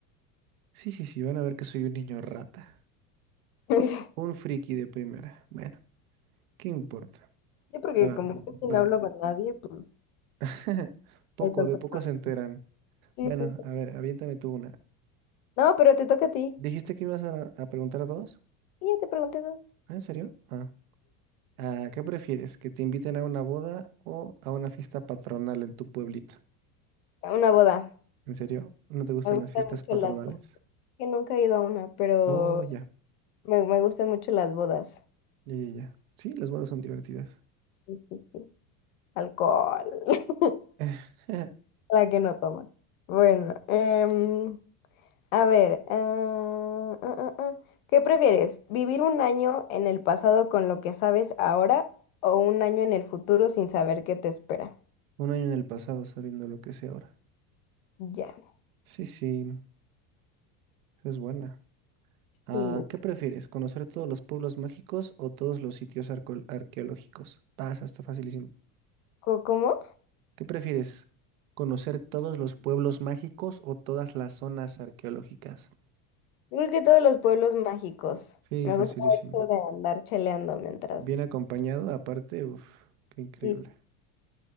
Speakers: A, on the right; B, on the left.
A: Sí, sí, sí, van a ver que soy un niño rata.
B: <laughs>
A: Un friki de primera. Bueno, ¿qué importa?
B: Yo porque
A: A ver,
B: como casi
A: va.
B: no hablo con nadie, pues
A: <laughs> Poco,
B: no hay tanto
A: de poco
B: problema.
A: se enteran.
B: Sí,
A: Bueno,
B: sí, sí.
A: a ver, aviéntame tú una.
B: No, pero te toca a ti.
A: Dijiste que ibas a, a preguntar dos.
B: Y ya te pregunté dos.
A: ¿Ah, en serio? Ah. Ah, ¿qué prefieres? ¿Que te inviten a una boda o a una fiesta patronal en tu pueblito?
B: Una boda.
A: ¿En serio? ¿No te gustan
B: Me gustan
A: las fiestas
B: mucho
A: patronales?
B: las bodas. Que nunca he ido a una, pero
A: Oh, ya,
B: me, me gustan mucho las bodas.
A: ya, ya, ya. Sí, las bodas son divertidas.
B: Sí, sí, sí. Alcohol. <laughs>
A: <laughs>
B: La que no toma. Bueno, em, a ver. ah, ah, ah, ah. ¿Qué prefieres? ¿Vivir un año en el pasado con lo que sabes ahora o un año en el futuro sin saber qué te espera?
A: Un año en el pasado sabiendo lo que sé ahora.
B: Ya.
A: Sí, sí, es buena. Ah,
B: ¿Y
A: ¿qué prefieres? ¿Conocer todos los pueblos mágicos o todos los sitios arco- arqueológicos? Pasa, está facilísimo.
B: co- cómo?
A: ¿Qué prefieres? ¿Conocer todos los pueblos mágicos o todas las zonas arqueológicas?
B: Yo creo que todos los pueblos mágicos.
A: Sí,
B: Me
A: facilísimo.
B: gusta eso de andar cheleando mientras.
A: Bien acompañado, aparte, uff, qué increíble.
B: Y